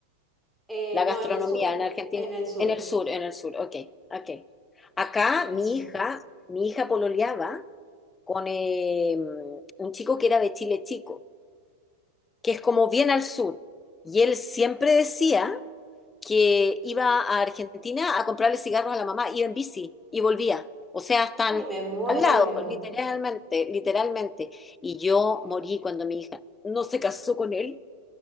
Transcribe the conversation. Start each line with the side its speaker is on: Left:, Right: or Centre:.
Centre: Eh,
Left: La
Centre: no,
Left: gastronomía
Centre: en el sur,
Left: en Argentina.
Centre: en el sur,
Left: En el sur, en el sur. Ok, ok. Acá
Centre: en el
Left: mi
Centre: sur.
Left: hija, mi hija pololeaba con eh, un chico que era de Chile Chico, que es como bien al sur. Y él siempre decía que iba a Argentina a comprarle cigarros a la mamá, iba en bici y volvía. O sea, están
Centre: Ay, me muero.
Left: al lado, literalmente, literalmente. Y yo morí cuando mi hija no se casó con él